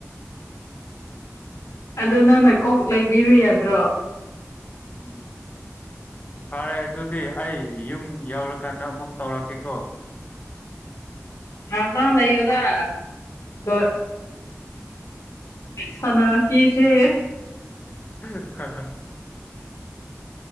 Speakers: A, on the left; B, on the left.
A: ꯑꯗꯣ ꯅꯪꯅ ꯀꯣꯛ ꯂꯩꯕꯤꯕꯨ ꯌꯥꯗ꯭ꯔꯣ
B: ꯎꯝ ꯐꯔꯦ ꯑꯗꯨꯗꯤꯤ ꯑꯩ ꯌꯨꯝ ꯌꯥꯎꯔꯀꯥꯟꯗ ꯑꯃꯨꯛ ꯇꯧꯔꯛꯀꯦꯀꯣ
A: ꯉꯗ ꯂꯩ ꯑꯣꯗ ꯂ ꯁꯅ ꯍꯁꯦ
B: ꯎꯝ ꯍ ꯍ